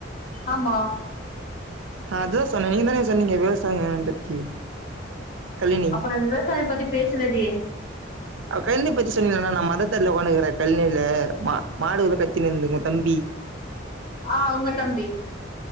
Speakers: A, on the left (about 45°); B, on the right (about 80°).
A: ஆமா
B: அதா சொன்னே நீங்க தான சொன்னீங்க விவசாயோ வேளாண் பத்தி கழினி
A: அப்ப நா விவசாயம் பத்தி பேசுனது ஏ
B: கழனி பத்தி சொன்னேல்ல நா மரத்தடில ஒக்கான்னு இருக்குறே கழனில மா மாடு பத்தினந்துங்க தம்பி
A: ஆ உங்க தம்பி